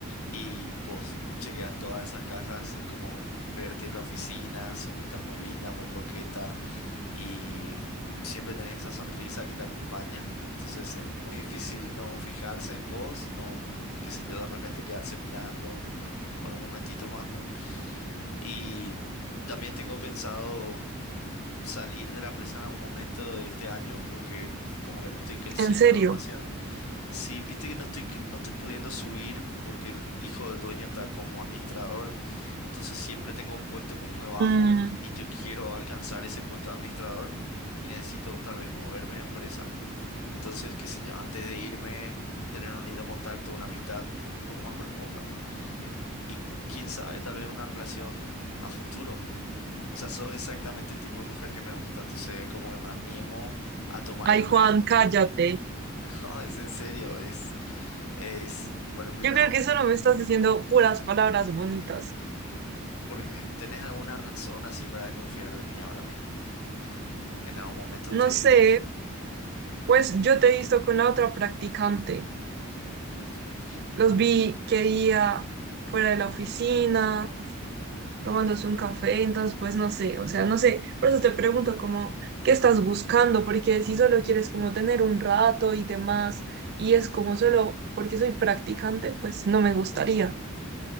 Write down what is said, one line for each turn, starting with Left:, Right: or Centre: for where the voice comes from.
Left: y vos chequeas todas esas cajas, es como verte en la oficina, siempre estás muy linda, muy coqueta y siempre tenés esa sonrisa que te acompaña. Entonces es muy difícil no fijarse en vos, no, qué sé yo, de repente quedarse mirando por un momentito más, ¿no? Y también tengo pensado salir de la empresa en algún momento de este año porque como que no estoy creciendo
Right: En serio.
Left: demasiado. Sí, viste que no estoy, que no estoy pudiendo subir porque el hijo del dueño está como administrador, entonces siempre tengo un puesto como debajo
Right: Mm,
Left: y yo quiero alcanzar ese puesto de administrador y necesito tal vez moverme de empresa. Entonces, qué sé yo, antes de irme, tener un lindo contacto, una amistad un poco más profunda y quién sabe, tal vez una relación a futuro. O sea, sos exactamente el tipo de mujer que me gusta, entonces como que me animo a tomar
Right: ay,
Left: el
Right: Juan,
Left: riesgo.
Right: cállate.
Left: No, es en serio, es, es, bueno, primero,
Right: Yo creo que solo me estás diciendo puras palabras bonitas.
Left: mm, ¿por qué? ¿Tenés alguna razón así para desconfiar de mí ahora mismo? En algún momento te...
Right: No sé, pues yo te he visto con la otra practicante.
Left: Ujú.
Right: Los vi que día fuera de la oficina tomándose un café, entonces pues no sé, o sea, no sé, por eso te pregunto como, ¿qué estás buscando? Porque si solo quieres como tener un rato y demás, y es como solo porque soy practicante, pues no me gustaría.